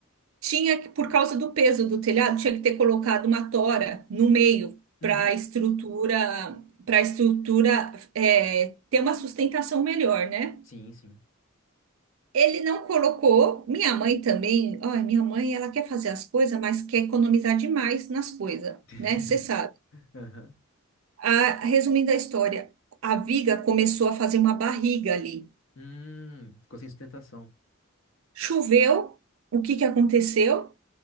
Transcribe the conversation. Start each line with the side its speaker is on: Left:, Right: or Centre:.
Right: Tinha, que- por causa do peso do telhado, tinha que ter colocado uma tora no meio
Left: Uhum.
Right: para a estrutura, para estrutura é, ter uma sustentação melhor, né?
Left: Sim, sim.
Right: Ele não colocou. Minha mãe também. Olha, minha mãe, ela quer fazer as coisas, mas quer economizar demais nas coisas,
Left: <laughs>
Right: né? Você sabe.
Left: Aham.
Right: A- resumindo a história, a viga começou a fazer uma barriga ali.
Left: Hum, ficou sem sustentação,
Right: Choveu. O que que aconteceu?